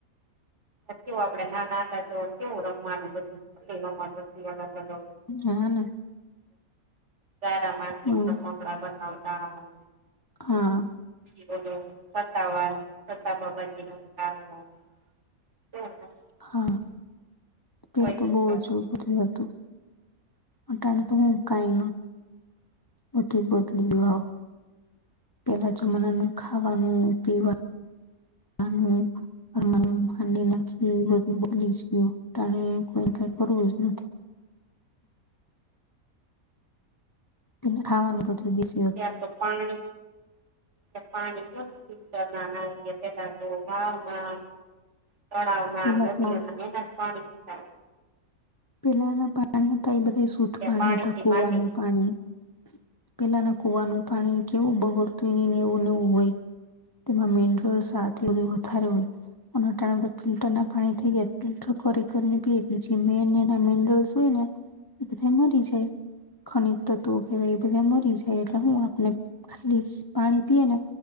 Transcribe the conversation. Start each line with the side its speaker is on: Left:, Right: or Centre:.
Right: કેવ આપડે ના ના હતા તો કેવું રમવાનું બધું રમવા <inaudible>
Left: હને
Right: તારા માટીના
Left: હમ
Right: રમકડા બનાવતા
Left: હા
Right: ી બોલું સાતાવાન સતા બાબાજી રતા <unintelligible> બમ હ <unintelligible>
Left: હા પે તો
Right: છોકરાઓ
Left: બહજું હતું <unintelligible> અટાણે તો હું કઈ નથી બ બદલી પેલા જમનાનું ખાવાનું પીવાનું અને હ હાંડી નાખી બધું બલી જ ગયું ટણે કોઈ કઈ કરવું જ નથી. ત ખાવાનું પું દ <unintelligible>
Right: ત્યાં તો પાણી પાણી <unintelligible> તળાવમાં
Left: પેલા
Right: નદી
Left: તો
Right: ઓના ને એનાજ પાણી પિતા.
Left: પેલાના પાણી હતા એ બધા શુદ્ધ
Right: અત્યારે
Left: પાણી
Right: પાણીથી
Left: હતા કુવાનું
Right: માંડીને
Left: પાણી. પેલાના કુવાનું પાણી કેવું બગોડતુંય નહી ને એવું નેવું હોય. તેમાં મિનરલસ સાથે વધારે હોય. <unintelligible> ફિલ્ટર ના પાણી થઈ જાય ફિલ્ટર કરી કરીને <unintelligible> ને મિનરલ્સ હોય ને તે બધા મરી જાય. ખનીજ તત્વો કેહેવાય એ બધા મરી જાય એટલે હું આપને ખાલી પાણી પીએ ને